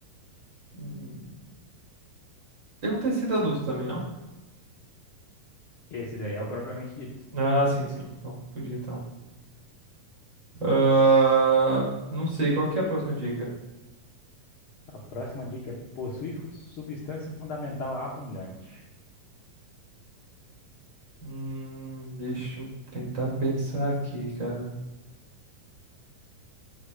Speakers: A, on the right (about 40°); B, on the left (about 60°).
A: Hum, Tem um tecido adulto também, não?
B: Esse daí é o propriamente dito.
A: Ah, sim, sim. Então, fudi então. Ah, não sei, qual que é a próxima dica?
B: A próxima dica é possui fu- substância fundamental abundante.
A: Hum, deixa eu tentar pensar aqui, cara.